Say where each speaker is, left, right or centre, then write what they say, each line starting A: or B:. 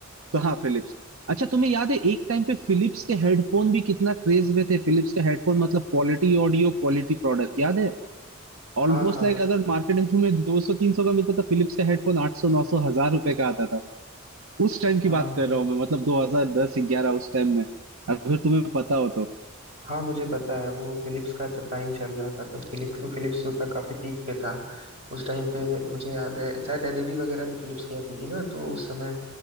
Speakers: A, on the right (about 75°); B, on the right (about 30°).
A: तो हाँ फिलिप्स अच्छा तुम्हें याद है एक टाइम पे फिलिप्स के हेडफोन भी कितना क्रेज में थे फिलिप्स के हेडफोन मतलब क्वालिटी ऑडियो क्वालिटी प्रोडक्ट याद है ऑलमोस्ट
B: हाँ हाँ
A: लाइक अगर मार्केट में तुम्हें 200 300 का मिलता था फिलिप्स का हेडफोन 800 900 हजार रुपए का आता था उस टाइम की
B: हाँ
A: बात
B: हाँ
A: कर रहा हूँ मैं मतलब 2010 11 उस टाइम में अगर तुम्हें पता हो तो
B: हाँ मुझे पता है वो फिलिप्स का जब टाइम चल रहा था तब फिलिप्स फिलिप्स जो था काफी पीक पे था उस टाइम पे मुझे याद है शायद एलईडी वगैरह भी फिलिप्स की आती थी ना तो उस समय